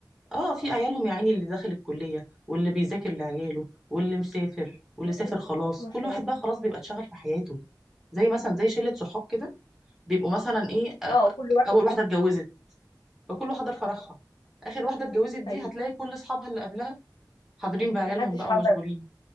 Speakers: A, in the centre; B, on the left.
A: اه في عيالهم يا عيني اللي داخل الكلية واللي بيذاكر لعياله واللي مسافر واللي
B: أيوة،
A: سافر خلاص
B: ما
A: كل
B: شاء
A: واحد
B: الله
A: بقى خلاص بيبقى اتشغل في حياته زي مثلا زي شلة صحاب كده بيبقوا مثلا ايه آه،
B: اه كل واحد
A: اول واحدة اتجوزت فكله حضر فرحها اخر واحدة اتجوزت دي
B: ايوه
A: هتلاقي كل اصحابها اللي قبلها حاضرين بعيالهم
B: ما حدش
A: بقى
B: حضر
A: ومشغولين